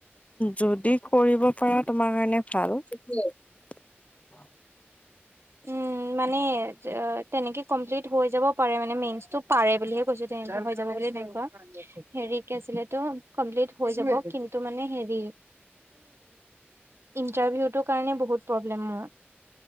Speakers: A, on the left; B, on the right.
A: যদি কৰিব পাৰা তোমাৰ কাৰণে ভাল। <unintelligible>
B: উম মানে তেনেকে কমপ্লিট হৈ যাব পাৰে মানে মেইনটো পাৰে বুলিহে কৈছোঁ হৈ যাব বুলি নাই কোৱা। হেৰী কি আছিলে এটো কমপিল্লিত হৈ যাব কিন্তু মানে হেৰি ইন্টাৰভিউ তো কাৰনে বহুত প্ৰবলেম মোৰ।